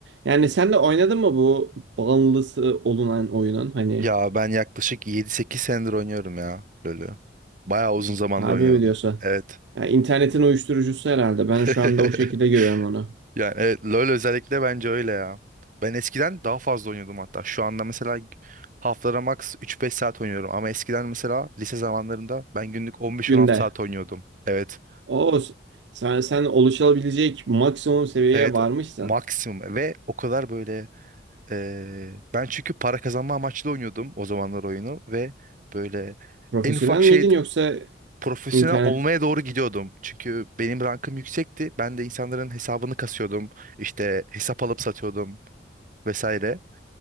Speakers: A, on the right (about 70°); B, on the right (about 45°).
A: Yani sen de oynadın mı bu bağımlısı olunan oyunun? Hani
B: Ya ben yaklaşık yedi sekiz senedir oynuyorum ya LoL'ü. Bayağı uzun zamandır
A: harbi
B: oynuyordum.
A: mi diyorsa?
B: Evet.
A: Yani internetin uyuşturucusu herhalde. Ben
B: <laughs>
A: şu anda o şekilde görüyorum onu.
B: Yani evet LoL özellikle bence öyle ya. Ben eskiden daha fazla oynuyordum hatta. Şu anda mesela haftada max üç beş saat oynuyorum. Ama eskiden mesela lise zamanlarında ben günlük on beş
A: Günde.
B: on 16 saat oynuyordum. Evet.
A: O sen, sen oluşabilecek maksimum seviyeye
B: Evet
A: varmışsın.
B: maksimum ve o kadar böyle eee, ben çünkü para kazanma amaçlı oynuyordum o zamanlar oyunu ve böyle
A: Profesyonel
B: en ufak şeydi
A: miydin yoksa
B: profesyonel
A: internet
B: olmaya doğru gidiyordum. Çünkü benim rankım yüksekti. Ben de insanların hesabını kasıyordum. İşte hesap alıp satıyordum vesaire.